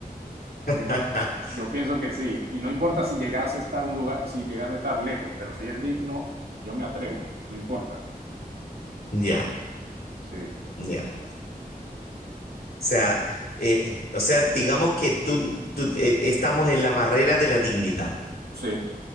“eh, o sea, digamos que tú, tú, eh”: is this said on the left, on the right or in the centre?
Left